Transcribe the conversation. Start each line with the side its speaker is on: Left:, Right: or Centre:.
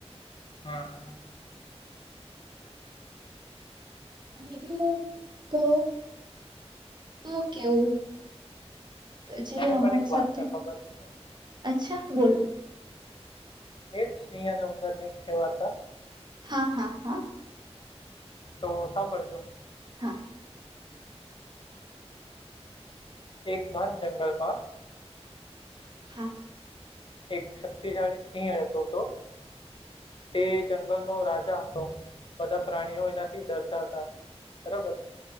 Left: હા
Right: બીજું તો શું કેવું? જે
Left: માને
Right: અમારી
Left: પણ એક વાર્તા
Right: સાથે
Left: ખબર છે.
Right: અચ્છા બોલો.
Left: એજ સિંહ અને ઉંદરની એક છે વાર્તા
Right: હા હા હા.
Left: તો સાંભળજો.
Right: હા.
Left: એક બન જંગલમાં.
Right: હા.
Left: એક શક્તિશાળી સિંહ રહેતો તો તે જંગલનો રાજા હતો બધા પ્રાણીઓ એનાથી ડરતા હતા બરાબર.